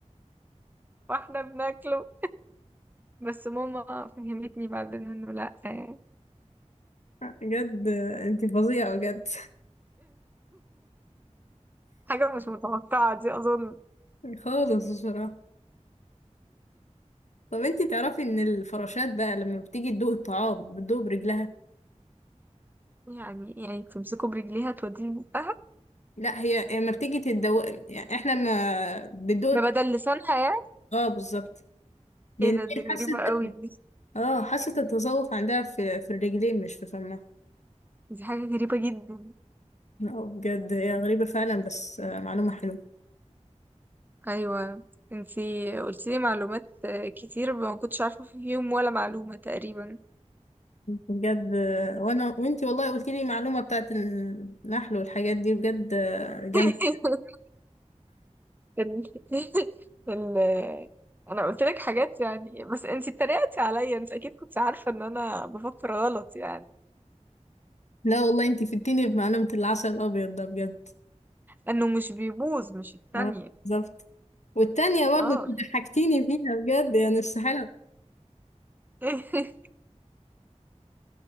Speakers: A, on the right; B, on the left.
A: <laughs> واحنا بناكله بس ماما فهمتني بعدين انه لا <laughs> يعني.
B: بجد انت فظيعة بجد
A: حاجة مش متوقعة دي أظن
B: <laughs> خالص بصراحة طب انتي تعرفي ان الفراشات بقى لما بتيجي تدوق الطعام بتدوق برجلها
A: يعني يعني بتمسكه برجليها توديه بقها
B: لا هي لما بتيجي تدوق يعني احنا ما بتدوق
A: ده بدل لسانها يعني
B: اه بالظبط لان
A: ايه ده دي
B: هي
A: غريبة
B: حاسه
A: قوي دي
B: اه حاسه التذوق عندها في في الرجلين مش في فمها
A: دي حاجة غريبة جدا
B: اه بجد هي غريبه فعلا بس آه، معلومه حلوه
A: أيوة انتي قلتيلي معلومات آه، كتير ما كنتش عارفة فيهم ولا معلومة تقريبا
B: بجد آه، وانا وانتي والله قلت لي معلومه بتاعت النحل والحاجات دي بجد آه، جامده
A: <laughs> ال... <laughs> ال... انا قلت لك حاجات يعني بس انت اتريقتي عليا انت اكيد كنت عارفه ان انا بفكر غلط يعني
B: لا والله انتي فدتيني بمعلومه العسل الابيض ده بجد
A: انه مش بيبوظ مش الثانيه
B: اه بالظبط والتانية برضه
A: اه
B: انت ضحكتيني فيها بجد يعني استحالة
A: <laughs>